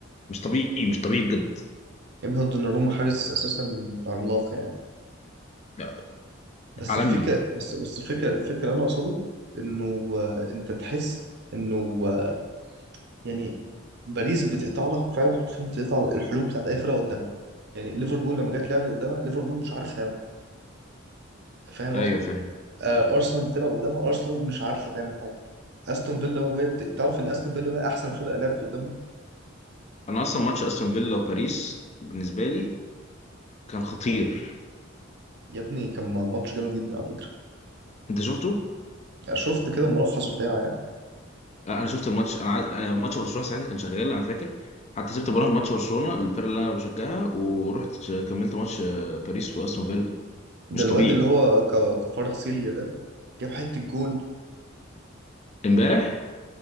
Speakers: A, on the left; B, on the right.
A: مش طبيعي مش طبيعي بجد
B: يا ابني هو دوناروما حارس اساسا عملاق يعني
A: لا،
B: بس
A: عالمي
B: الفكره بس بس الفكره الفكره اللي انا اقصده انه آه، انت تحس انه آه، يعني باريس بتقطع لك فعلا حرفيا بتقطع الحلول بتاعت اي فرقه قدامها يعني ليفربول لما جت لعبت قدامها ليفربول مش عارف تعمل حاجه فاهم
A: ايوه
B: قصدي
A: فاهم
B: آه، ارسنال بتلعب قدامها ارسنال مش عارفه تعمل حاجه استون فيلا وهي بت... تعرف ان استون فيلا بقى احسن فرقه لعبت قدامه
A: انا اصلا ماتش استون فيلا وباريس بالنسبة لي كان خطير
B: يا ابني كان ماتش جامد جدا على فكره
A: انت شفته
B: يعني شفت كده الملخص بتاعه يعني
A: لا، انا شفت الماتش انا عاد- أنا ماتش برشلونه ساعتها كان شغال انا فاكر حتى سبت براهم ماتش برشلونه الفرق اللي انا بشجعها ورحت ش- كملت ماتش آه، باريس واستون فيلا
B: ده
A: مش
B: الواد
A: طبيعي
B: اللي هو ك... كفارغ سيليا ده جاب حته الجون
A: امبارح